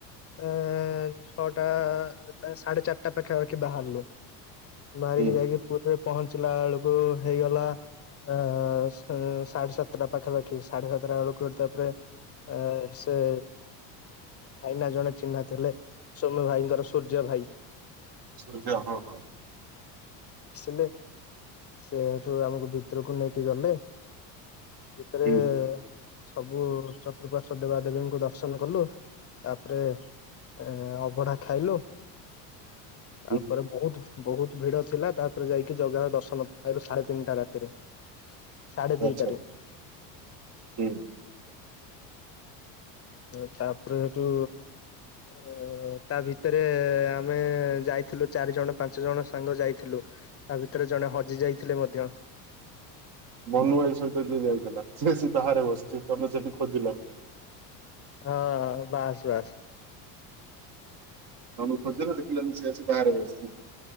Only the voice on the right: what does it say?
ହୁଁ
ସୂର୍ଯ୍ୟ ହଁ ହଁ।
ହୁଁ
<inaudible>
ଆଚ୍ଛା
ହୁଁ।
ମନୁ ଭାଇ ସହିତ ଯିଏ ଯାଇଥିଲା ସିଏ ବାହାରେ ବସିଛି ତମେ ସେଠି ଖୋଜିଲ।
ତମକୁ ଖୋଜିଲ ନା ଦେଖିଲା ବେଳକୁ ମୁଁ ସେ ଆସି ବାହାରେ ବସିଛି।